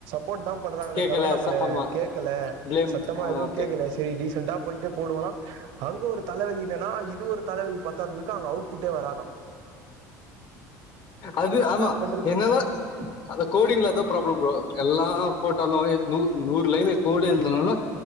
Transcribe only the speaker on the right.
போ் தான் பண்றாங்களே
தவிர நம்ம
கேடக்கல
சத்தமா எதுவும்
கேக்கல சரி டீசண்டா போயிட்டே போடுவா அங்க ஒரு தலைவலி என்னன்னா இது ஒரு தலைவலி பத்தாததுக்கு அங்க அவுட்புட்டே வராதும்
பண்றது